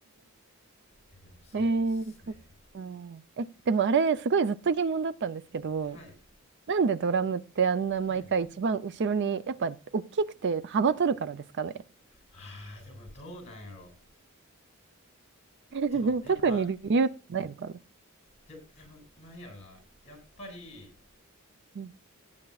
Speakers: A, on the left (about 30°); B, on the right (about 55°).
A: や、でもそうですね。
B: えー、そっか。え、でもあれ、すごいずっと疑問だったんですけど、
A: はい、
B: なんでドラムってあんな毎回一番後ろに、
A: はい。
B: やっぱ大きくて幅取るからですかね。
A: ああ、でもどうなんやろ。
B: <laughs>
A: でも、やっぱ、
B: 特に理由ないのかな。
A: で、でも、なんやろな。やっぱり、
B: うん